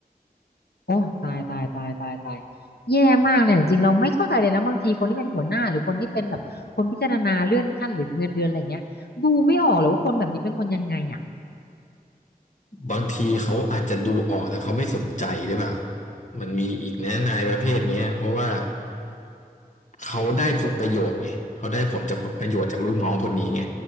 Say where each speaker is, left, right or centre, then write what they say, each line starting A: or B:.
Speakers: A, on the left; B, on the left.
A: โอ้ตายตายตายตายตายแย่มากเลยจริงๆเราไม่เข้าใจเลยนะบางทีคนที่เป็นหัวหน้าหรือคนที่เป็นแบบคนพิจารณาเลื่อนขั้นหรือเงินเดือนอะไรเงี้ยดูไม่ออกเลยว่าคนแบบนี้เป็นคนยังไงอ่ะ
B: บางทีเขาอาจจะดูออกแต่เขาไม่สนใจหรือเปล่ามันมีอีกนะนายประเภทเนี้ยเพราะว่าเขาได้ผลประโยชน์ไงเขาได้ผลจากประโยชน์จากลูกน้องคนนี้ไง